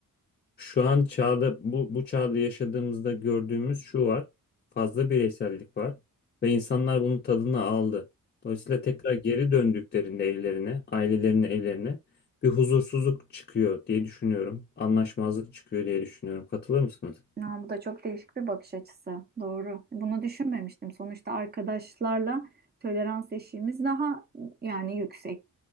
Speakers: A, on the left; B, on the right.
A: Şu an çağda bu, bu çağda yaşadığımızda gördüğümüz şu var. Fazla bireysellik var ve insanlar bunun tadını aldı. Dolayısıyla tekrar geri döndüklerinde evlerine, ailelerinin evlerine bir huzursuzluk çıkıyor diye düşünüyorum. Anlaşmazlık çıkıyor diye düşünüyorum. Katılır mısınız?
B: Ya, bu da çok değişik bir bakış açısı. Doğru. Bunu düşünmemiştim. Sonuçta arkadaşlarla tolerans eşiğimiz daha yani yüksek.